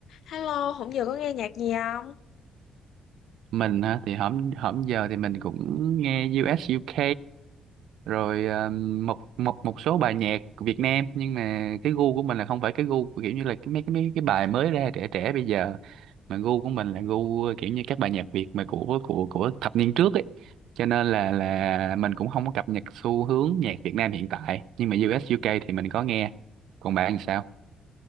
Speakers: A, on the left; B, on the right.
A: Hello, hôm giờ có nghe nhạc gì không?
B: mình á thì hổm hổm giờ thì mình cũng nghe U.S. u UK rồi um, một một một số bài nhạc của Việt Nam nhưng mà cái gu của mình là không phải cái gu của kiểu như là cái mấy cái mấy cái bài mới ra trẻ trẻ bây giờ mà gu của mình là gu kiểu như các bài nhạc Việt mà của của của thập niên trước ấy cho nên là là mình cũng không có cập nhật xu hướng nhạc Việt Nam hiện tại nhưng mà U.S. u UK thì mình có nghe còn bạn thì sao